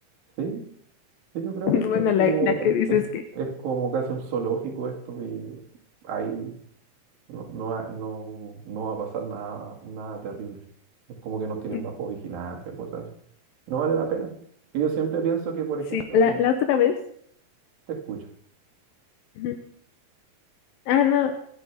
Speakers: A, on the right; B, on the left.
A: sí, sí, yo creo
B: <laughs>
A: que es,
B: Bueno,
A: es
B: la,
A: como,
B: la que
A: es,
B: dices
A: es- es como casi un zoológico esto y ahí no, no, va- no, no va a pasar nada, nada terrible. Es como que nos tienen
B: que...
A: bajo vigilancia, cosas así. No vale la pena. Y yo siempre pienso que, por
B: Sí,
A: ejemplo,
B: la,
A: si
B: la otra vez.
A: te escucho.
B: Ujú. Ah, no,